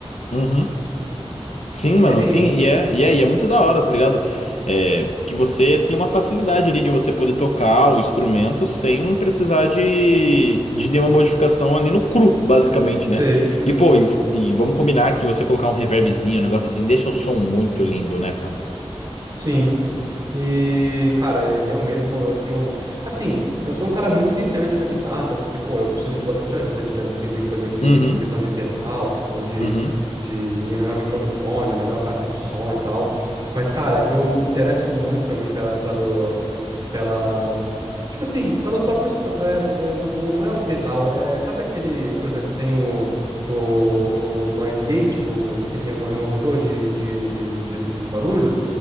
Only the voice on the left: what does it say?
Uhum. Sim,
mano, sim, e é,
e é, e é muito da hora, tá ligado? É, que você tem uma facilidade ali de você poder tocar o instrumento sem precisar de, de nenhuma modificação ali no cru, basicamente,
né?
E pô, e, e vamos combinar que você colocar um reverbzinho, um negócio assim, deixa o som muito lindo, né, cara?
Uhum.
Uhum.